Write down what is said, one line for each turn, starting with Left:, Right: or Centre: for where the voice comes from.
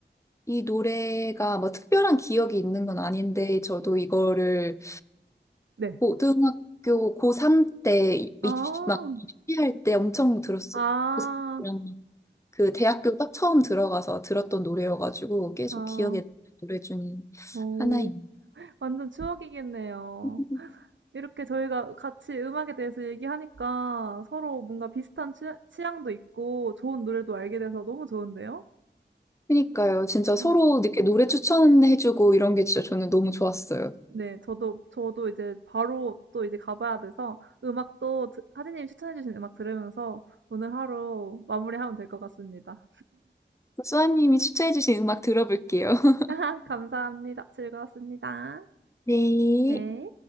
Left: 이 노래가 뭐 특별한 기억이 있는 건 아닌데 저도 이거를
Right: 네.
Left: 고등학교 고3 때
Right: 아.
Left: 입시, 막 입시할 때 엄청 들었어요.
Right: 아.
Left: 고3이랑 그 대학교 딱 처음 들어가서 들었던 노래여가지고 계속
Right: 아.
Left: 기억에 남는 노래 중에
Right: 오오
Left: 하나입니다.
Right: 완전 추억이겠네요.
Left: <laughs>
Right: 이렇게 저희가 같이 음악에 대해서 얘기하니까 서로 뭔가 비슷한 취 취향도 있고 좋은 노래도 알게 돼서 너무 좋은데요?
Left: 그니까요. 진짜 서로
Right: 음.
Left: 이렇게 노래 추천해주고 이런 게 진짜 저는 너무 좋았어요.
Right: 네. 저도 저도 이제 바로 또 이제 가 봐야 돼서 음악도 드 하진님이 추천해 주신 음악 들으면서 오늘 하루 마무리하면 될 것 같습니다.
Left: 수아님이 추천해주신 음악 들어볼게요. <laughs>
Right: <laughs> 감사합니다. 즐거웠습니다.
Left: 네.
Right: 네.